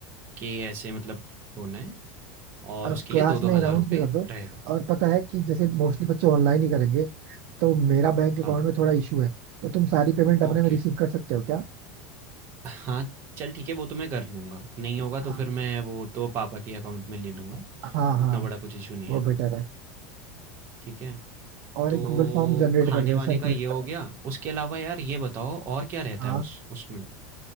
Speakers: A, on the right; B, on the right.
A: कि ऐसे मतलब होना है और
B: अब
A: उसके
B: क्लास
A: लिए 2-2
B: में
A: हज़ार
B: राउंड
A: रुपये
B: भी कर दो
A: रहेगा।
B: और पता है कि जैसे मोस्टली बच्चे ऑनलाइन ही करेंगे तो मेरा बैंक
A: हाँ,
B: अकाउंट में थोड़ा इशू है तो तुम सारी पेमेंट अपने
A: ओके।
B: में रिसीव कर सकते हो क्या
A: हाँ, चल ठीक है वो तो मैं कर लूँगा, नहीं होगा
B: हाँ
A: तो फिर मैं वो तो पापा के अकाउंट में ले लूँगा,
B: हाँ
A: उतना
B: हाँ
A: बड़ा कुछ इश्यू नहीं
B: वो
A: है,
B: बेटर है
A: ठीक है?
B: और
A: तो
B: एक गूगल फॉर्म जनरेट
A: खाने-वाने
B: कर देना सर्कुलेट
A: का ये हो
B: कर देना
A: गया, उसके अलावा यार ये बताओ और क्या रहता
B: हाँ
A: है उस उसमें?